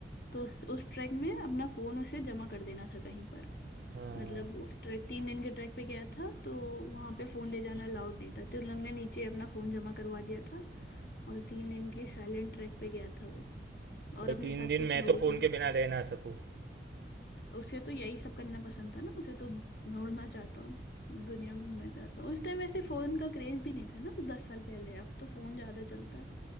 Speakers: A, on the left; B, on the right.
A: तो उस ट्रैक में अपना फोन उसे जमा कर देना था कहीं पर
B: हाँ
A: मतलब उस ट्रैक तीन दिन के ट्रैक पे गया था तो वहां पे फोन ले जाना अलाउड नहीं था तो उन लोग ने नीचे अपना फोन जमा करवा दिया था और तीन दिन के साइलेंट ट्रैक पे गया था वो और
B: भाई
A: अपने
B: तीन
A: साथ
B: दिन
A: कुछ
B: मैं
A: लोगों
B: तो
A: को
B: फ़ोन
A: भी।
B: के बिना रह ना सकूँ
A: उसे तो यही सब करना पसंद था ना उसे तो मैं उड़ना चाहता हूँ दुनिया घूमना चाहता हूँ उस टाइम वैसे फोन का क्रेज भी नहीं था ना दस साल पहले अब तो फोन ज्यादा चलता है